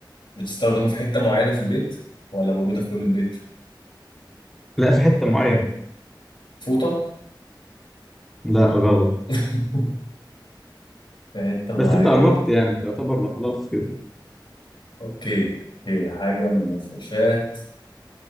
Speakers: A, on the left (about 85°); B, in the centre.
A: بتستخدمها في حتة معينة في البيت ولا موجودة في كل البيت؟
B: لا في حتة معينة
A: فوطة
B: لا غلط
A: <laughs> في حتة
B: بس
A: معينة
B: انت قربت يعني انت يعتبر لا خلاص كده
A: اوكي اوكي حاجة من المفروشات